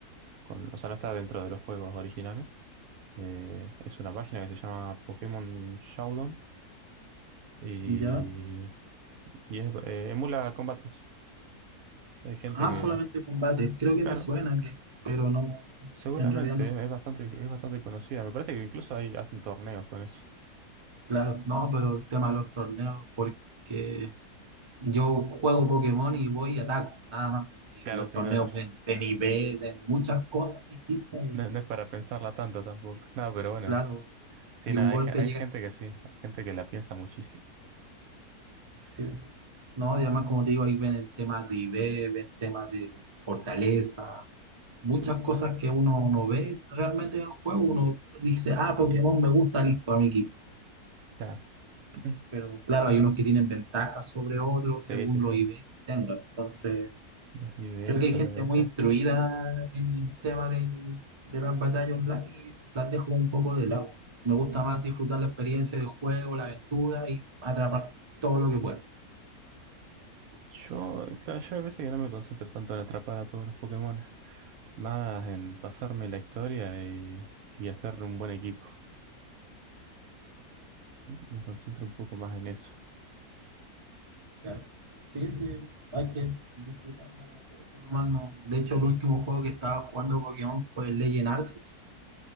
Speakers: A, on the right (about 70°); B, on the right (about 35°).
A: con... O sea, no está dentro de los juegos originales Eh, es una página que se llama Pokémon Showdown y,
B: ¿ya?
A: y es, eh, emula combates. Hay gente
B: Ah,
A: que,
B: solamente combate. Creo que
A: claro,
B: me suena, que, pero no,
A: seguramente
B: en realidad no,
A: es, es bastante,
B: no ingresé.
A: es bastante conocida. Me parece que incluso ahí hacen torneos con eso.
B: Claro, no, pero el tema de los torneos, porque Yo juego Pokémon y voy y ataco, nada más. Y
A: Claro,
B: los
A: sí,
B: torneos
A: nada,
B: ven, ven y
A: no,
B: ve, ven muchas cosas distintas y,
A: no- no es para pensarla tanto tampoco.
B: y
A: No, pero bueno,
B: claro,
A: sí,
B: y
A: nada,
B: un golpe
A: hay, ge- hay
B: llega.
A: gente que sí, hay gente que la piensa muchísimo.
B: Sí. No, y además, como te digo, ahí ven el tema de IV, ven temas de fortaleza, muchas cosas que uno no ve realmente en el juego. Uno dice, ah, Pokémon me gusta, listo, a mi equipo.
A: Claro. <clears throat>
B: Pero claro, hay unos que tienen ventajas sobre otros
A: Sí,
B: según
A: sí, sí.
B: los IV que tengan. Entonces.
A: Los IBS,
B: Creo que hay
A: los
B: gente
A: EBS.
B: muy instruida en el tema del- de las batallas online y las dejo un poco de lado. Me gusta más disfrutar la experiencia del juego, la aventura y atrapar todo lo que pueda.
A: Yo, claro, yo hay veces que no me concentro tanto en atrapar a todos los Pokémon. Más en pasarme la historia y, y hacer un buen equipo. Me concentro un poco más en eso.
B: Ya. Sí, sí, hay que disfrutarla de a poco nomás. No. De hecho, el último juego que estaba jugando Pokémon fue el Legend Arceus.